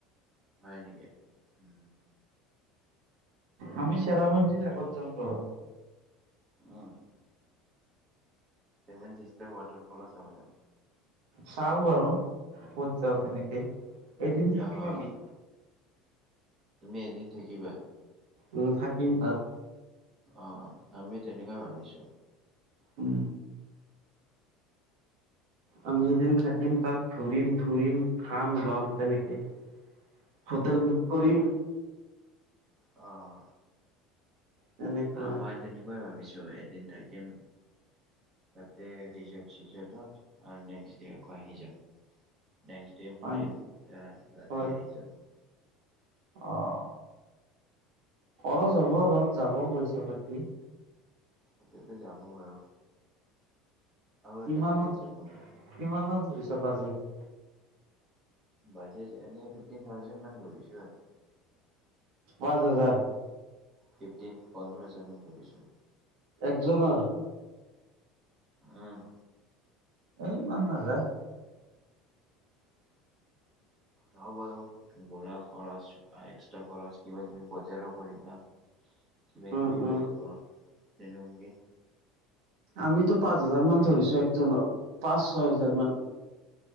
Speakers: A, on the right; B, on the right.
A: ঞহয় নেকি? উম
B: আমি চেৰাপুঞ্জীৰ আগত যাম বাৰু।
A: অহ' চেভেনচিষ্টাৰ ৱাটাৰ ফলো চাব যাম।
B: চাওঁ বাৰু ক'ত যাওঁ তেনেকে, এদিন থাকিম
A: আহ
B: আমি।
A: তুমি এদিন থাকিবা।
B: উম, থাকিম তাত।
A: অ' আমি তেনেকা ভাবিছোঁ।
B: উম। আমি এদিন থাকিম, তাত ঘুৰিম, ফুৰিম, খাম, ল'ম, তেনেকে। হোটেল বুক কৰিম।
A: অ'।
B: তেনেকুৱা
A: আ, মই তেনেকুৱাই ভাবিছোঁ, এদিন থাকিম। তাতে ৰিজৰ্ট চিজৰ্টত আৰু নেক্সট ডে আকৌ আহি যাম। নেক্সট তে
B: হয়
A: ফুৰিম তে ৰাতি
B: হয়
A: আহি যাম।
B: অ'। খৰচ হ'ব অলপ, যাব পইচা পাতি।
A: সেইটোৱেতো যাব বাৰু। আৰু এটা
B: কিমান
A: জেগাত
B: মান ধৰি,
A: যাব মন
B: কিমান মান ধৰিছা বাজেট?
A: বাজেট এনে ফিফটিন থাউজেণ্ড মান ধৰিছোঁ আৰু।
B: পাঁচ হাজাৰ।
A: ফিফটিন, পন্ধৰ হাজাৰ মান ধৰিছোঁ।
B: একজনৰ?
A: উম
B: এই ইমান নাযায়। <inaudible>
A: যাওঁ বাৰু গৰা খৰচ, এক্সট্ৰা খৰচ, কিবা কিবি বজাৰো কৰিম না। কিবা
B: উম
A: কিবি
B: উম
A: লোৱা হ'ব, তেনেকুৱাকে।
B: আমিতো পাঁচ হাজাৰ মান ধৰিছোঁ একজনত, পাঁচ ছয় হাজাৰ মান।